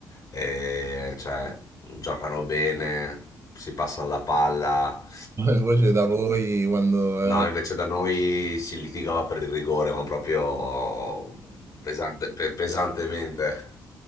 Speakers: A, on the left (about 50°); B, on the right (about 35°).
A: e cioè giocano bene, si passa la palla.
B: Invece da voi quando
A: No,
B: era...
A: invece
B: <laughs>
A: da noi si litigava per il rigore, ma proprio pesante- pe- pesantemente.